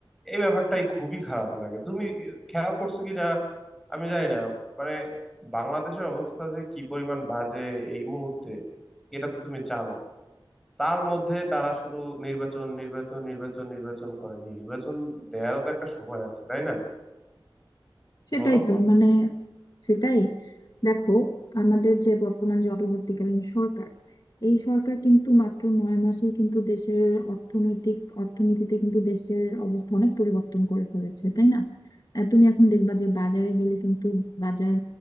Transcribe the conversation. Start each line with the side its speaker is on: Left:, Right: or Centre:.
Centre: এই ব্যাপারটাই খুবই খারাপ লাগে তুমি খেয়াল করছো কি না আমি জানি না মানে বাংলাদেশের অবস্থা যে কি পরিমাণ বাজে এই মুহূর্তে এটা তো তুমি জানো তার মধ্যে তারা শুধু নির্বাচন নির্বাচন নির্বাচন নির্বাচন করে নির্বাচন দেয়ারও তো একটা সময় আছে তাই না
Left: সেটাই
Centre: বলো
Left: তো মানে সেটাই দেখো আমাদের যে বর্তমান যে অন্তর্বর্তীকালীন সরকার এই সরকার কিন্তু মাত্র নয় মাসেই কিন্তু দেশের অর্থনৈতিক অর্থনীতিতে কিন্তু দেশের অবস্থা অনেক পরিবর্তন করে ফেলেছে তাই না আহ, তুমি এখন দেখবা যে বাজারে গেলে কিন্তু বাজার